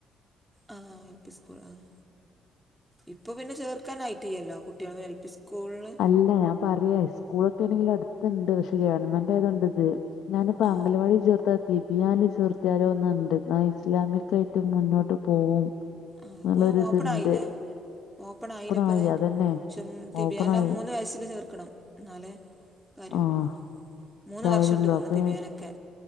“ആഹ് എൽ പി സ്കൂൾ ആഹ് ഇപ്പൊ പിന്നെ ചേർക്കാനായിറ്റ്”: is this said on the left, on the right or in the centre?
Centre